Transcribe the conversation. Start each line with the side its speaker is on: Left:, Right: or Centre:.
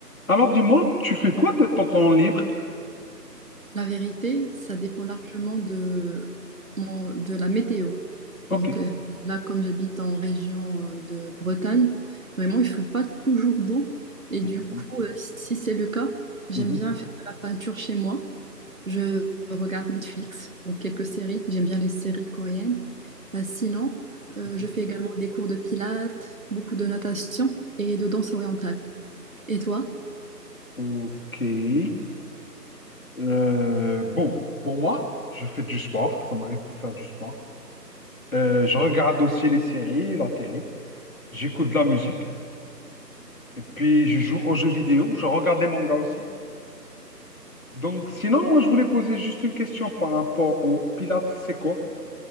Left: Alors dis-moi, tu fais quoi de ton temps libre?
Right: La vérité, ça dépend largement de, mon- de la météo.
Left: Ok.
Right: Donc euh, là, comme j'habite en région euh, de Bretagne, vraiment, il ne fait pas toujours beau. Et
Left: Mhm.
Right: du coup, euh, si c'est le cas, j'aime
Left: Mhm.
Right: bien faire de la peinture chez moi. Je regarde Netflix, donc quelques séries. J'aime bien les séries coréennes. Bah, sinon, euh,
Left: mhm.
Right: je fais également des cours de pilates, beaucoup de natation et de danse orientale. Et toi?
Left: Ok. Euh, bon, pour moi, je fais du sport. Ça m'arrive de faire du sport. Euh, je regarde aussi les séries, la télé. J'écoute de la musique. Et puis, je joue aux jeux vidéo. Je regarde les mangas aussi. Donc, sinon, moi, je voulais poser juste une question par rapport au Pilates. C'est quoi?